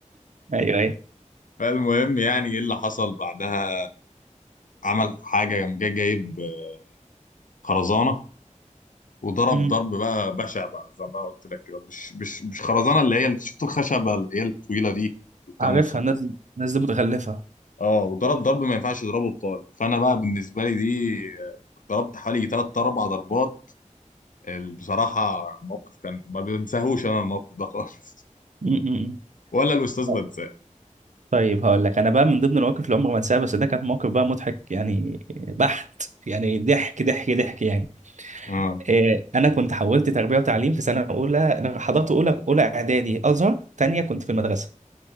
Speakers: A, on the right; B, on the left.
A: ايوه ايوه
B: فالمهم يعني ايه اللي حصل بعدها عمل حاجه قام جاي جايب آه، خرزانه وضرب
A: م.
B: ضرب بقى بشع بقى زي ما قلت لك كده مش مش مش خرزانه اللي هي اللي شفت الخشبه اللي هي الطويله دي اللي بتبقى
A: عارفها
B: مص-
A: الناس دي الناس دي متخلفه
B: اه وضرب ضرب ما ينفعش يضربه الطالب فانا بقى بالنسبه لي دي آه، ضربت حوالي ثلاث اربع ضربات ال- بصراحة الموقف كان ما بنساهوش أنا الموقف ده خالص
A: م- م- م.
B: <laughs> ولا الأستاذ
A: طب-
B: بنساه
A: طيب هقول لك انا بقى من ضمن المواقف اللي عمري ما انساها بس ده كانت موقف بقى مضحك يعني بحت يعني ضحك ضحك ضحك يعني
B: اه
A: إيه، انا كنت حولت تربيه وتعليم في سنه اولى انا حضرت اولى اولى اعدادي ازهر تانية كنت في المدرسه